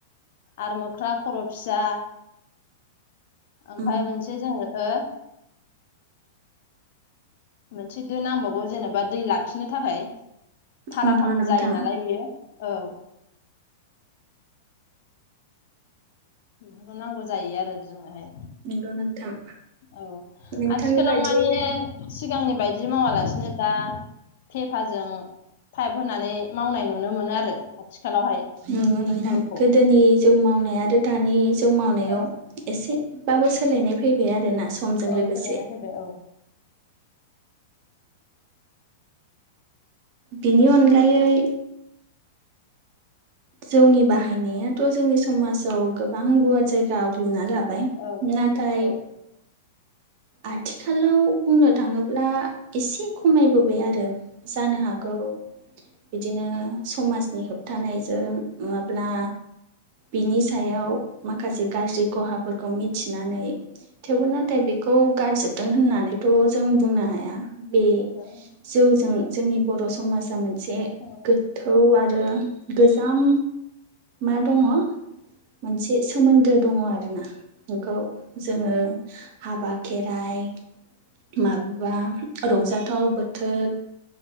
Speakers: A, on the left; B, on the right.
A: आरो मोख्रा खर' फिसा ओमफाय
B: उम
A: मोनसे जोङो हो मोनसे दो नांबावगौ जेनेबा दै लाखिनो थाखाय। थालाथाम
B: नंगौ नोंथां
A: जायो नालाय बेयो औ। बेफोरखौ नांगौ जाहैयो आरो जोंनोहाय।
B: नंगौ नोंथां
A: औ
B: नोंथांनि
A: आथिखालाव
B: बादियैनो
A: माने सिगांनि बायदि मावालास सिनो दा पेपाजों पाइप होनानै मावनाय नुनो मोनो आरो आथिखालावहाय
B: नोंगौ नोंथां।
A: जौखौ
B: गोदोनि जौ मावनाय आरो दानि जौ मावनायाव
A: औ
B: एसे बाबो सोलायनाय फैबाय आरोना। समजों
A: औ
B: लोगोसे
A: सोलायना फैबाय औ।
B: बिनि अनगायै जौनि बाहायनायाथ जोंनि समाजाव गोबां गुवार जायगा आवग्लिना ला बाय
A: औ
B: नाथाय
A: औ
B: आथिखालाव बुंनो थाङोब्ला एसे खमायबोबाय आरो। जानो हागौ
A: औ
B: बिदिनो समाजनि होबथानायजों नङाब्ला बिनि सायाव माखासे गाज्रि ख'हाफोरखौ मिथिनानै थेवबो नाथाय बे खौ गारजोबदों होन्नानै थ' जों बुंनो हाया। बे
A: ओहो
B: जौजों जोंनि बर' समाजा मोनसे
A: औ
B: गोथौ आरो गोजाम मा दङ मोनसे सोमोन्दो दङ आरोना इखौ जोङो हाबा खेराइ माबेबा रंजाथाव बोथोद